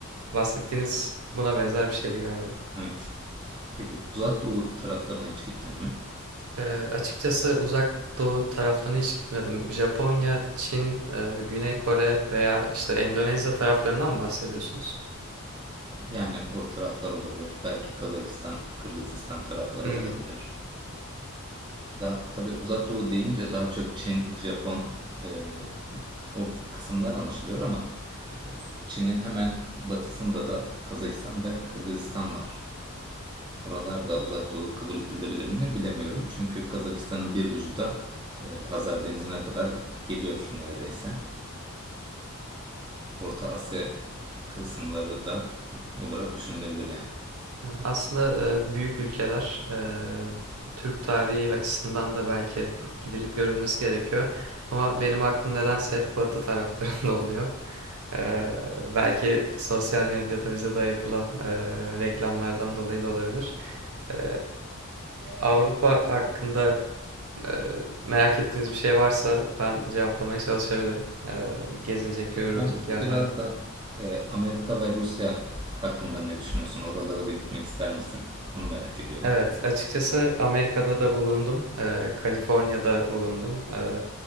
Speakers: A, on the right; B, on the right.
A: Bahsettiğiniz buna benzer bir şeydi galiba.
B: Evet. Peki Uzak Doğu taraflarına hiç gittin mi?
A: Ee, açıkçası uzak doğu taraflarına hiç gitmedim. Japonya, Çin, e, Güney Kore veya işte Endonezya taraflarından mı bahsediyorsunuz?
B: Yani o taraflar olabilir. Belki Kazakistan, Kırgızistan tarafları
A: Hmm.
B: olabilir. Daha, tabii Uzak Doğu deyince daha çok Çin, Japon e, o kısımlar anlaşılıyor ama Çin'in hemen batısında da Kazakistan ve Kırgızistan var. Oralarda Uzak Doğu kabul edilebilir mi bilemiyorum. Çünkü Kazakistan'ın bir ucu da e, Hazar Denizi'ne kadar geliyor neredeyse. Orta Asya kısımları da olarak düşünülebilir yani.
A: Aslında e, büyük ülkeler e, Türk tarihi açısından da belki gidilip görülmesi gerekiyor. Ama benim aklım nedense hep batı taraflarında <laughs> oluyor. E, belki sosyal medyada bize dayatılan e, reklamlardan dolayı da olabilir. E, Avrupa hakkında e, merak ettiğiniz bir şey varsa ben cevaplamaya çalışabilirim. E, gezilecek, görülecek
B: Peki ben
A: yerler.
B: biraz da e, Amerika ve Rusya hakkında ne düşünüyorsun? Oralara da gitmek ister misin? Onu merak ediyorum.
A: Evet, açıkçası Amerika'da da bulundum, eee, Kaliforniya'da bulundum, eee,